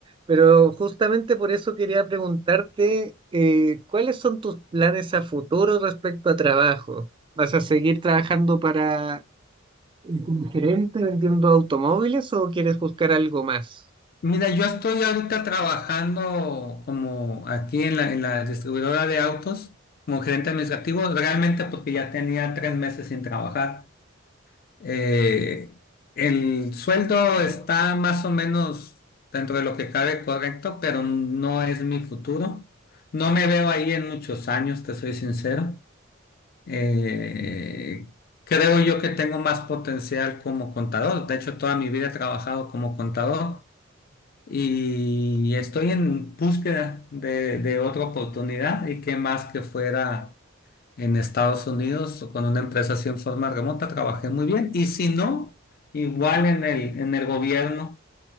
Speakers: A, on the right; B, on the left.
A: Pero justamente por eso quería preguntarte, eh, ¿cuáles son tus planes a futuro respecto a trabajo? ¿Vas a seguir trabajando para Eh, ¿Como gerente vendiendo automóviles o quieres buscar algo más?
B: Mira, yo estoy ahorita trabajando como aquí en la, en la distribuidora de autos, como gerente administrativo, realmente porque ya tenía tres meses sin trabajar. Eh, el sueldo está más o menos dentro de lo que cabe correcto, pero no es mi futuro. No me veo ahí en muchos años, te soy sincero. Eh, creo yo que tengo más potencial como contador. De hecho, toda mi vida he trabajado como contador y estoy en búsqueda de, de otra oportunidad y qué más que fuera en Estados Unidos o con una empresa así en forma remota, trabajé muy bien y si no, igual en el, en el gobierno,